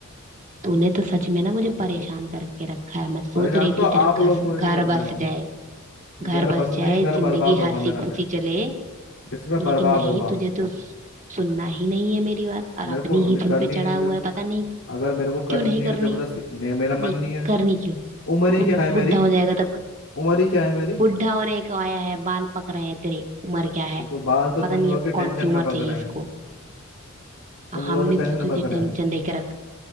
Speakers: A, on the right; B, on the left.
A: तूने तो सच में ना मुझे परेशान करके रखा है मैं सोच
B: परेशान
A: रही
B: तो आप
A: थी तेरा घर
B: लोग मुझे
A: घर
B: कर रहे
A: बस
B: हो
A: जाए घर
B: घर
A: बस
B: बस नहीं
A: जाए
B: घर
A: जिंदगी
B: बर्बाद होगा
A: हंसी
B: मेरा
A: खुशी
B: से
A: चले
B: इसमें
A: लेकिन
B: बर्बाद
A: नहीं
B: होगा
A: तुझे तो सुनना ही नहीं है मेरी बात और
B: मेरे
A: अपनी
B: को न-
A: ही धुन
B: करनी
A: पे चढ़ा
B: नहीं
A: हुआ
B: जब
A: है पता नहीं
B: अगर मेरे को
A: क्यों
B: करनी
A: नहीं
B: नहीं
A: करनी
B: है तो जबरदस्ती
A: है
B: नहीं मेरा मन
A: नहीं
B: नहीं है
A: करनी क्यों
B: उम्र ही
A: बु,
B: क्या है मेरी
A: बुढ़ा हो जाएगा तब
B: उम्र ही क्या है मेरी
A: बुढ़ा होने को आया है बाल पक रहे हैं तेरे उम्र क्या
B: तो,
A: है
B: तो बाल तो
A: पता
B: तुम
A: नहीं
B: लोग
A: अब
B: ही टेंशन
A: कौन सी
B: में
A: उम्र
B: पकड़
A: चाहिए
B: रहे
A: इसको
B: तुम
A: हाँ हमने
B: लोग ही टेंशन
A: तो तुझे
B: मत करें
A: टेंशन देके रखा